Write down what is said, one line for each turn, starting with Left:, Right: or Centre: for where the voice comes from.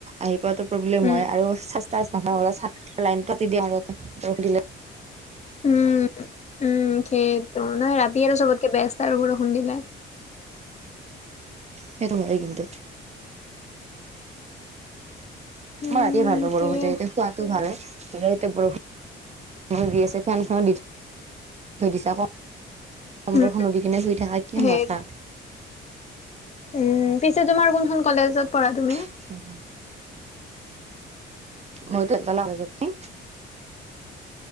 Right: আহি পোৱাটো প্ৰব্লেম
Left: উম
Right: হয় আৰু চেষ্টা <unintelligible> লাইন দিয়ে মাজতে ৰৈ দিলে
Left: উম' উম' সেইকাৰণে, ৰাতি আৰু চবতকে বেস্ত আৰু বৰষুণ দিলে।
Right: সেইটো হই কিন্ত
Left: উম
Right: মই ৰাতিয়ে ভাল পাওঁ বৰষুণতে,
Left: সেয়ে
Right: এইটো শুৱাটোও ভাল হয়। এ বৰষুণ দি আছে, ফেন খনো দি থৈ দিছা আকৌ কম্বল
Left: উম
Right: খন দি কিনে শুই থকা, কি
Left: সেই
Right: মজা
Left: উম' পিছে তোমাৰ কোনখন কলেজত পঢ়া তুমি?
Right: <inaudible> মই টো <unintelligible>